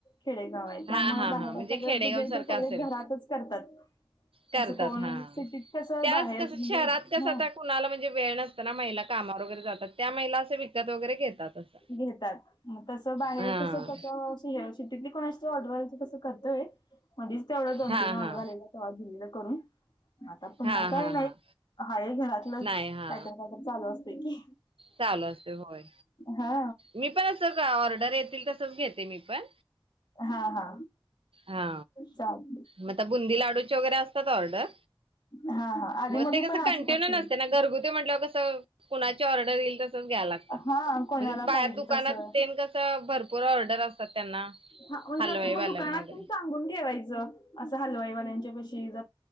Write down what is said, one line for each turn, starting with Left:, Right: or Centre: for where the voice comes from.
Left: खेडेगावय,
Right: हा
Left: त्यामुळे
Right: हा
Left: बाहेर
Right: हा म्हणजे
Left: सगळं
Right: खेडेगाव
Left: पूजे
Right: सारखा
Left: ते सगळे
Right: असेल
Left: घरातच करतात.
Right: करतात
Left: असं कोण,
Right: हा.
Left: सिटीत कसं
Right: त्याच
Left: बाहेर
Right: कसं
Left: म्जे
Right: शहरात कसं
Left: हं
Right: आता कुणाला म्हणजे वेळ नसतं ना, महिला कामावर वगरे जातात त्या महिला असे विकत वगरे घेतात. असं.
Left: घेतात. तसं बाहेर
Right: हा
Left: तसं त सिटीत कोणा ऑर्डरयचं कसं करतंय, मधीच तेवढा दोन
Right: हा
Left: तीन
Right: हा
Left: ऑर्डर आलेल्या तव्हा घेलेलं करून. आता पुन्हा
Right: हा हा
Left: काय नायी,
Right: हा
Left: हाय घरातलंच
Right: नाही हा
Left: कायतरी कायतरी चालू असतंय की.
Right: चालू असे होय,
Left: हा
Right: मी पण असंच ऑर्डर येतील तसंच घेते मी पण.
Left: हा हा.
Right: हा,
Left: चाल
Right: म आता बुंदी लाडूच्या वगरे असतात ऑर्डर.
Left: हा हा आधी
Right: म
Left: मधी
Right: ते कसं
Left: पण असतात
Right: कंटिन्यू
Left: की
Right: नसते ना, घरगुती म्हटल्यावर कसं? कुणाची ऑर्डर येईल त घ्या लागतं,
Left: हा कोणाला
Right: म्हणजे बाहेर
Left: पाहिजे
Right: दुकानात
Left: तसं
Right: तेन कसं भरपूर ऑर्डर असतात त्यांना
Left: हा, म्हणजे
Right: हलवाईवाल्यांना
Left: असं म दुकानात
Right: वगैरे.
Left: पण सांगून ठेवायचं असं हलवाईवाल्यांच्या पशी ज्